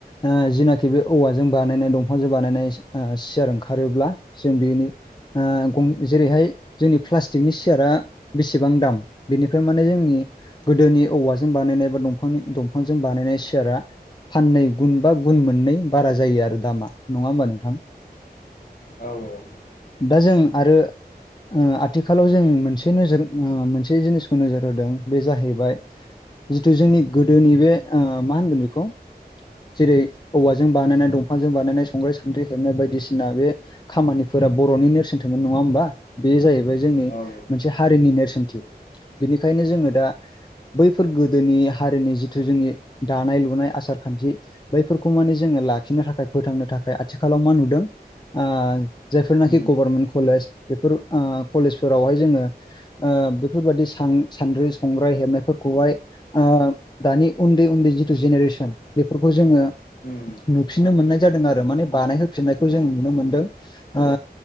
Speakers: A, on the left; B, on the left.
A: ओ जिनाखि बे औवाजों बानायनाय दंफांजों बानायनाय ओ सियार ओंखारोब्ला जों बेनि ओ गं जेरैहाय जोंनि प्लास्टिकनि सियारा बेसेबां दाम बेनिफ्राय माने जोंनि गोदोनि औवाजों बानायनाय बा दंफांनि दंफांजों बानायनाय सियारा फाननै गुन बा गुन मोननै बारा जायो आरो दामा नङा होमबा नोंथां
B: ओं
A: दा जों आरो ओ आथिखालाव जों मोनस मोनसे नोजोर ओ मोनसे जिनिसखौ नोजोर होदों बे जाहैबाय जिथु जोंनि गोदोनि बे मा होनगोन बेखौ जेरै औवाजों बानायनाय दंफांजों बानायनाय संग्राय, सान्द्रि हेबनाय बायदिसिना बे खामानिफोरा बर'नि नेरसोन सोमोन नङा होमबा बे जाहैबाय जोंनि
B: ओं औ नंगौ औ
A: मोनसे हारिनि नेरसोनथि बिनिखायनो जोङो दा बैफोर गोदोनि हारिनि जिथु जोंनि दानाय लुनाय आसार खान्थि बैफोरखौ माने जोङो लाखिनो थाखाय फोथांनो थाखाय आथिखालाव मा नुदों आ जायफोरनाखि
B: उम
A: गभारनमेन्ट कलेज बेफोर ओ कलेजफोरावहाय जोङो ओ बेफोरबायदि सान्द्रि संग्राय हेबनायफोरखौहाय ओ दानि उन्दै उन्दै जिथु जेनेरेसन बेफोरखौ जोङो
B: उम
A: नुफिननो मोननाय जादों आरो माने बानायहोफिननायखौ जों नुनो मोनदों ओ